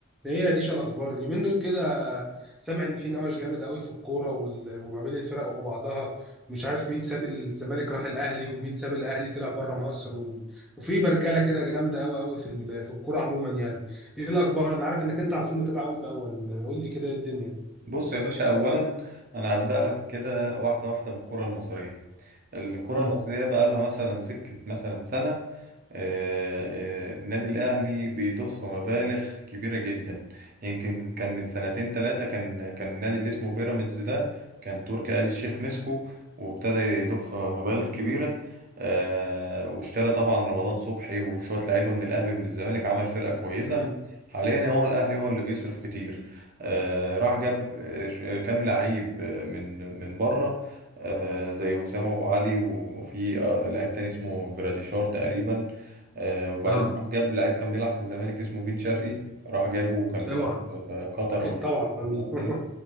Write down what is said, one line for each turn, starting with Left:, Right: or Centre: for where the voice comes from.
Centre: هي ديش الاخبار اليومين دول كده سامع ان في نوش جامد قوي في الكوره وال- وما بين الفرق وبعضها مش عارف مين ساب الزمالك راح الاهلي ومين ساب الاهلي طلع بره مصر و... وفي برجله كده جامده قوي قوي في ال- في الكوره عموما يعني ايه الاخبار انا عارف انك انت على طول متابع اول باول قول لي كده ايه الدنيا
Right: بص يا باشا اولا انا هبدأ لك كده واحده واحده بالكره المصريه الكرة
Centre: امم
Right: المصرية بقى لها مثلا سكة مثلا سنة آه، آه، النادي الأهلي بيضخ مبالغ كبيرة جدا يمكن كان من سنتين ثلاثة كان كان النادي اللي اسمه بيراميدز ده كان تركي آل الشيخ مسكه وابتدى يضخ مبالغ كبيرة آه، واشترى طبعا رمضان صبحي وشوية لعيبة من الأهلي ومن الزمالك عمل فرقة كويسة
Centre: امم
Right: حاليا هو الأهلي هو اللي بيصرف كتير آه، راح جاب آه، ش- آه، كام لعيب آه، من من بره آه، زي وسام ابو علي و- وفي آه، لعيب تاني اسمه جراديشار تقريبا آه، وبعدين
Centre: اه
Right: راح جاب لعيب كان بيلعب في الزمالك اسمه بن شرقي راح جابه وكان بيلعب
Centre: اوعى
Right: في قطر
Centre: اكيد
Right: ولا
Centre: طبعا
Right: مش عارف
Centre: <laughs>
Right: كان بيلعب فين